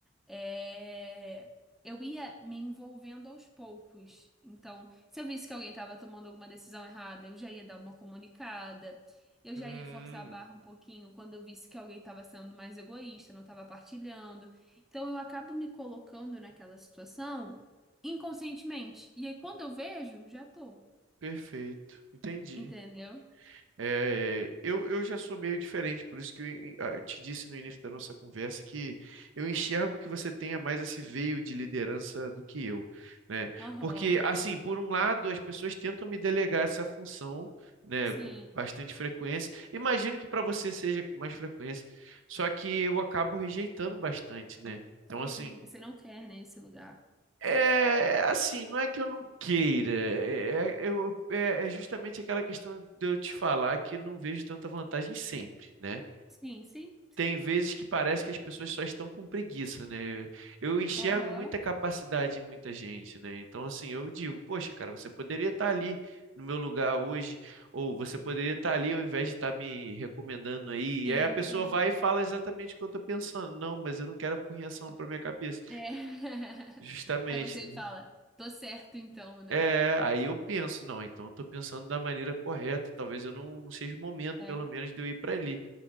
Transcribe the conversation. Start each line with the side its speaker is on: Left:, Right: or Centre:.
Centre: é, eu ia me envolvendo aos poucos. Então, se eu visse que alguém estava tomando alguma decisão errada, eu já ia dar uma comunicada, eu
Right: Hum.
Centre: já ia forçar a barra um pouquinho quando eu visse que alguém estava sendo mais egoísta, não estava partilhando. Então, eu acabo me colocando naquela situação inconscientemente. E aí, quando eu vejo, já tô.
Right: Perfeito, entendi.
Centre: Entendeu?
Right: É, é, eu, eu já sou meio diferente, por isso que eu en- ah, eu te disse no início da nossa conversa que eu enxergo que você tenha mais esse veio de liderança do que eu, né?
Centre: Aham.
Right: Porque, assim, por um lado, as pessoas tentam me delegar essa função, né,
Centre: Sim,
Right: com bastante frequência. Imagino que para você seja com mais frequência, só que eu acabo rejeitando bastante, né? Então,
Centre: sim.
Right: assim.
Centre: Você não quer, né, esse lugar.
Right: É, assim, não é que eu não queira, é, é- eu, é, é justamente aquela questão de eu te falar que eu não vejo tanta vantagem sempre, né?
Centre: Sim, sim, sim.
Right: Tem vezes que parece que as pessoas só estão com preguiça, né? Eu enxergo
Centre: Aham.
Right: muita capacidade em muita gente, né? Então, assim, eu digo, poxa, cara, você poderia estar ali no meu lugar hoje, ou você poderia estar ali ao invés de estar me recomendando aí.
Centre: Sim,
Right: E aí a pessoa
Centre: sim.
Right: vai e fala exatamente o que eu estou pensando. Não, mas eu não quero por reação para minha cabeça.
Centre: É. <laughs>
Right: Justamente,
Centre: Aí você
Right: né?
Centre: fala, tô certo então, né?
Right: É, aí eu penso, não, então eu tô pensando da maneira correta, talvez eu não, não seja o momento,
Centre: É.
Right: pelo menos, de eu ir pra ali.